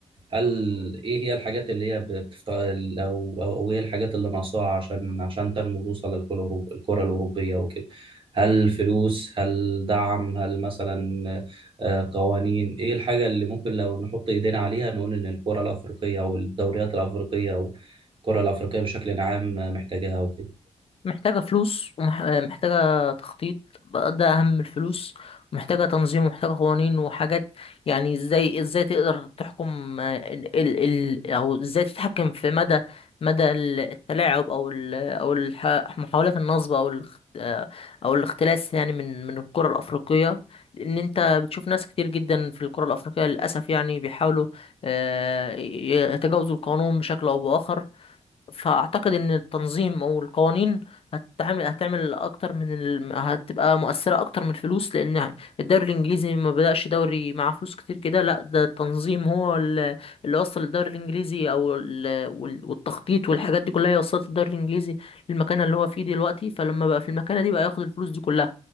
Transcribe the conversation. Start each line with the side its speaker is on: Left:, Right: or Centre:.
Right: هل ايه هي الحاجات اللي هي بتفتقد او او أو ايه الحاجات اللي ناقصاها عشان عشان تنمو وتوصل للكرة الأورو- الكرة الأوروبية وكده هل فلوس هل دعم هل مثلا آه، قوانين ايه الحاجة اللي ممكن لو نحط ايدينا عليها نقول ان الكرة الأفريقية او الدوريات الأفريقية او الكرة الأفريقية بشكل عام آه، محتاجاها وكده
Left: محتاجة فلوس ومحتاجة تخطيط بقى ده أهم من الفلوس ومحتاجة تنظيم ومحتاجة قوانين وحاجات يعني ازاي ازاي تقدر تحكم آه، ال ال ال أو ازاي تتحكم في مدى مدى ال- التلاعب أو ال أو الح- محاولات النصب أو الاخ- آه، أو الاختلاس يعني من من القرى الأفريقية لأن أنت بتشوف ناس كتير جدا في القرى الأفريقية للأسف يعني بيحاولوا آه، ي- يتجاوزوا القانون بشكل أو بآخر فاعتقد ان التنظيم او القوانين هتعمل هتعمل اكتر من ال... هتبقى مؤثره اكتر من الفلوس لان الدوري الانجليزي ما بدأش دوري معاه فلوس كتير كده لا ده التنظيم هو ال- اللي وصل الدوري الانجليزي او ال... وال- والتخطيط والحاجات دي كلها هي وصلت الدوري الانجليزي للمكانه اللي هو فيه دلوقتي فلما بقى في المكانه دي بقى ياخد الفلوس دي كلها